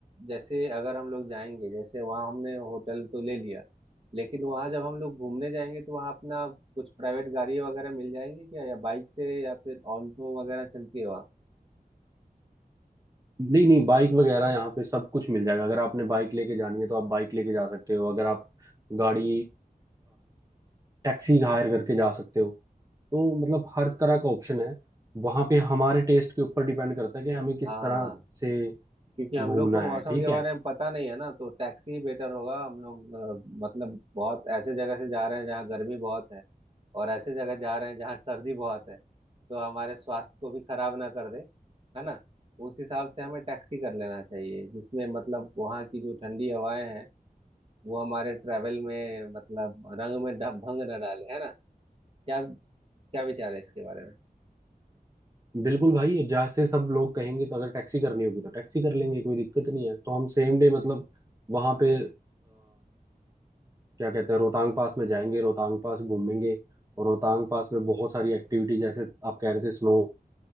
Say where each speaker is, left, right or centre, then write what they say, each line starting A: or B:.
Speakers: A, on the right; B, on the right.
A: जैसे अगर हम लोग जाएंगे जैसे वहाँ हमने होटल तो ले लिया लेकिन वहाँ जब हम लोग घूमने जाएंगे तो वहाँ अपना कुछ प्राइवेट गाड़ी वगैरह मिल जाएंगी क्या या बाइक से या फिर ऑल्टो वगैरह चलती है वहाँ
B: नहीं नहीं बाइक वगैरह यहाँ पे सब कुछ मिल जाएगा अगर आपने बाइक लेके जानी है तो आप बाइक लेके जा सकते हो अगर आप गाड़ी टैक्सी हायर करके जा सकते हो तो मतलब हर तरह का ऑप्शन है वहाँ पे हमारे टेस्ट के ऊपर डिपेंड करता है कि हमें किस
A: हाँ
B: तरह से
A: क्योंकि हम
B: घूमना
A: लोग को मौसम
B: है ठीक
A: के बारे
B: है
A: में पता नहीं है ना तो टैक्सी ही बेटर होगा हम लोग अ, मतलब बहुत ऐसे जगह से जा रहे हैं जहाँ गर्मी बहुत है और ऐसे जगह जा रहे हैं जहाँ सर्दी बहुत है तो हमारे स्वास्थ्य को भी खराब ना कर दे है ना उस हिसाब से हमें टैक्सी कर लेना चाहिए जिसमें मतलब वहाँ की जो ठंडी हवाएं हैं वो हमारे ट्रैवल में मतलब रंग में ड- भंग ना डाले है ना क्या क्या विचार है इसके बारे में
B: बिल्कुल भाई जहाँ से सब लोग कहेंगे तो अगर टैक्सी करनी होगी तो टैक्सी कर लेंगे कोई दिक्कत नहीं है तो हम सेम डे मतलब वहाँ पे क्या कहते हैं रोहतांग पास में जाएंगे रोहतांग पास घूमेंगे और रोहतांग पास में बहुत सारी एक्टिविटी जैसे आप कह रहे थे स्नो